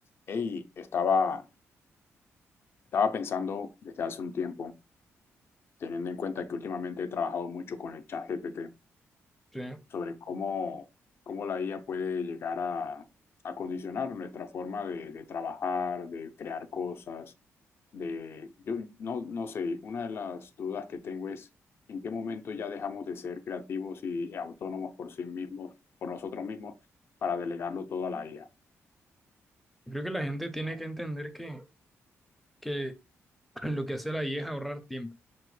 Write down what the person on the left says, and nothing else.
Hey, estaba, estaba pensando desde hace un tiempo, teniendo en cuenta que últimamente he trabajado mucho con el chat GPT,
sobre cómo, cómo la IA puede llegar a, a condicionar nuestra forma de, de trabajar, de crear cosas, de... Yo no, no sé, una de las dudas que tengo es en qué momento ya dejamos de ser creativos y autónomos por sí mismos, por nosotros mismos, para delegarlo todo a la IA.